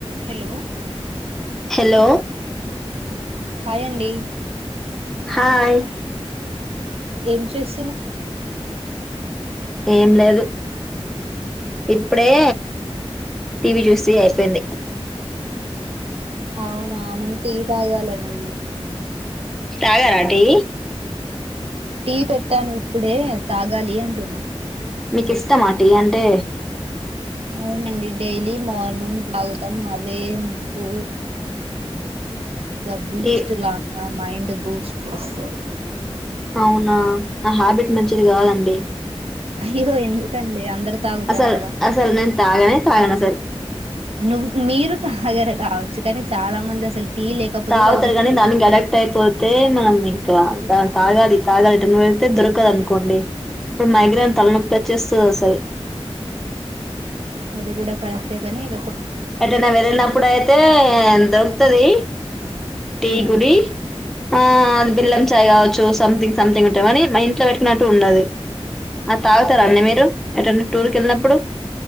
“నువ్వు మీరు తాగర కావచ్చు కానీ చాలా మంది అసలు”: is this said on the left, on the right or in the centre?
Right